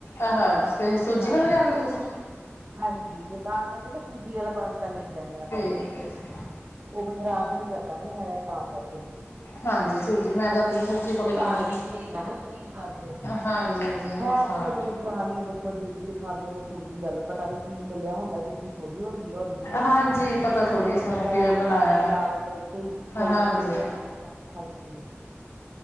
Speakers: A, on the left; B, on the right.
A: ਆਹ ਜਿਸ ਸੂਜੀ
B: ਹਾਂਜੀ।
A: ਵਾਲਾ ਲਿਆਂਦਾ ਤੁਸੀਂ
B: ਹਾਂਜੀ ਤੇ ਤਾਂ ਕਰਕੇ ਨਾ ਸੂਜੀ ਆਲਾ ਪਾਸਤਾ ਲੇ ਕੇ ਆਨੇ ਆਪਾਂ
A: ਠੀਕ
B: ਵੀ।
A: ਹੈ ਜੀ
B: ਉਹ ਫਿਰ ਖ਼ਰਾਬ ਈ ਨੀ ਕਰਦਾ ਨਾ ਨਿਆਣਿਆਂ ਨੂੰ, ਤਾਂ ਕਰਕੇ ਵੀ।
A: ਹਾਂਜੀ, ਸੂਜੀ ਮੈਂ ਤਾਂ ਸੂਜੀ
B: ਹਾਂਜੀ, ਨੁਕਸਾਨ
A: ਪੱਕ ਜਾਂਦਾ ਜੀ
B: ਵੀ ਨੀ ਸੀਗਾ ਨਾ ਸਰੀਰ ਵਾਸਤੇ
A: ਹਾਂਜੀ ਹਾਂਜੀ ਨੁਕਸਾਨ
B: ਹਾਂ <unintelligible> ਨੁਕਸਾਨ ਈ ਐ ਦੇਖੋ ਜੀ ਕਿ ਦਿਖਾਦੇ ਨੇ ਸੂਜੀ ਦਾ ਵੀ ਪਤਾ ਨੀ ਕੀ ਮਿਲਿਆ ਹੁੰਦਾ ਸੂਜੀ ਥੋੜ੍ਹੀ ਹੁੰਦੀ ਐ ਓਰੀਜਨਲ
A: ਹਾਂਜੀ ਪਤਾ ਥੋੜ੍ਹੀ
B: ਥੋਨੂੰ
A: ਸਾਨੂੰ
B: ਪਤਾ
A: ਕਿਵੇਂ
B: ਅੱਜ
A: ਬਣਾਇਆ
B: ਸਾਰੀ ਮਿਲਾਵਟ ਤੇ ਸਈ
A: ਹਾਂਜੀ
B: ਵੀ ਦਿੰਦੇ ਨੇ ਚੀਜ਼ਾਂ। ਹਾਂਜੀ,